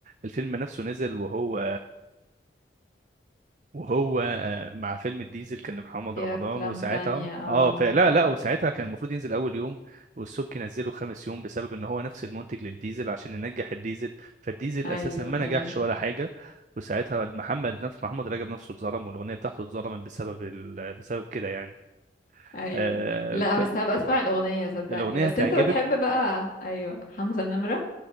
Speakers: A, on the right; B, on the left.
A: الفيلم نفسه نزل وهو وهو آه، مع فيلم الديزل كان لمحمد
B: في
A: رمضان
B: أفلام
A: وساعتها
B: تانية اه
A: اه
B: ممكن
A: فلا لا وساعتها كان المفروض ينزل اول يوم والسبكي نزله خامس يوم بسبب ان هو نفس المنتج للديزل عشان ينجح الديزل فالديزل
B: ايوه
A: اساسا ما نجحش
B: ايوه
A: ولا حاجه وساعتها محمد نفس محمد رجب نفسه اتظلم والاغنيه بتاعته اتظلمت بسبب ال... بسبب كده يعني
B: ايوه
A: آه
B: لا <laughs> بس هبقى اسمع الأغنية صدقني
A: فالاغنيه
B: بس
A: هتعجبك
B: انت بتحب بقى ايوه حمزة نمرة